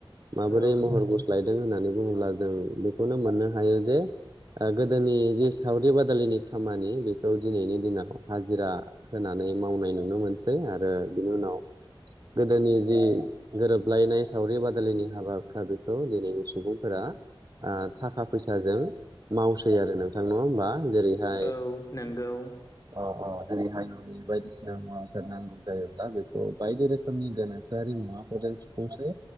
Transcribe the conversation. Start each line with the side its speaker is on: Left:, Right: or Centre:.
Right: माबोरै
Left: औ
Right: महर गुस्लायदों होननानै बुङोब्ला जों बेखौनो मोननो हायो जे गोदोनि जि सावरि बादालिनि खामानि बेखौ दिनैनि दिनाव हाजिरा होनानै मावनाय नुनो मोनसै आरो बिनि उनाव गोदोनि जि गोरोबलायनाय सावरि बादालिनि हाबा बेखौ दिनै सुबुंफोरा थाखा फैसाजों मावसै आरो नोंथांनो हबा जेरैहाय
Left: औ
Right: अ
Left: नंगौ
Right: अ जेरैहाय न'नि बायदिसिना मुवा बेसाद नांगौ जायोब्ला बेखौ बायदि रोखोमनि गोनोखोआरि मुवाफोरजोंखौसो